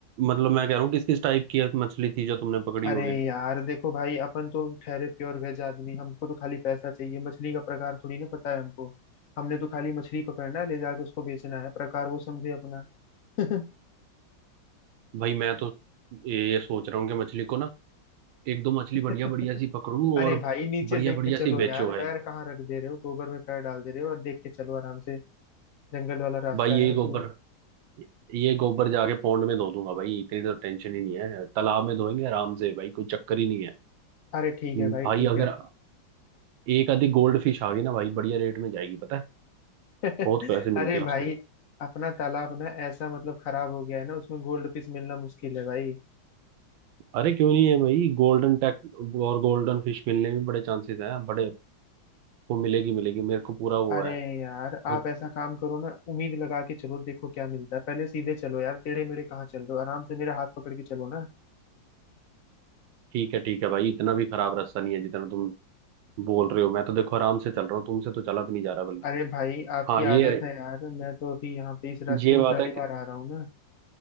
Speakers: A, on the right (about 80°); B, on the left (about 55°).
A: मतलब मैं कह रहा हूँ किस किस टाइप की मछली थी जो तुमने पकड़ी
B: अरे
A: होगी
B: यार देखो भाई अपन तो ठहरे प्योर वेज आदमी हमको तो खाली पैसा चाहिए मछली का प्रकार थोड़ी ना पता है हमको हमने तो खाली मछली पकड़ना है ले जाके उसको बेचना है प्रकार वो समझे अपना <laughs>
A: भाई मैं तो ये ये सोच रहा हूँ कि मछली को ना एक दो मछली
B: <laughs>
A: बढ़िया बढ़िया सी पकड़ूं
B: अरे
A: और
B: भाई नीचे
A: बढ़िया
B: देख
A: बढ़िया
B: के चलो
A: सी बेचो
B: यार
A: भाई
B: पैर कहाँ रख दे रहे हो गोबर में पैर डाल दे रहे हो और देख के चलो आराम से जंगल वाला रास्ता
A: भाई यही
B: है उसमें
A: गोबर ये गोबर जाके पौंड में धो दूंगा भाई इतनी तो टेंशन ही नहीं है तालाब में धोएंगे आराम से भाई कोई चक्कर ही नहीं है
B: अरे ठीक
A: हम्म,
B: है भाई
A: भाई
B: ठीक
A: अगर
B: है
A: एक आधी गोल्ड फिश आ गई ना भाई बढ़िया रेट में जाएगी पता है
B: <laughs>
A: बहुत पैसे मिलते
B: अरे
A: हैं
B: भाई
A: उसके
B: अपना तालाब ना ऐसा मतलब खराब हो गया है ना उसमें गोल्ड फिश मिलना मुश्किल है भाई
A: अरे क्यों नहीं है भाई गोल्डन टैक और गोल्डन फिश मिलने में बड़े चांसेस हैं बड़े वो मिलेगी मिलेगी मेरे को पूरा
B: अरे
A: वो है
B: यार आप
A: और
B: ऐसा काम करो ना उम्मीद लगा के चलो देखो क्या मिलता है पहले सीधे चलो यार टेढ़े मेढ़े कहाँ चल रहे हो आराम से मेरे हाथ पकड़ के चलो ना
A: ठीक है ठीक है भाई इतना भी खराब रास्ता नहीं है जितना तुम बोल रहे हो मैं तो देखो आराम से चल रहा हूँ तुमसे तो चला भी नहीं जा रहा बल्कि
B: अरे भाई आपकी
A: हाँ ये
B: आदत है यार मैं तो अभी यहाँ पे इस रास्ते
A: ये
B: में
A: बात
B: पहली
A: है
B: बार आ रहा हूँ ना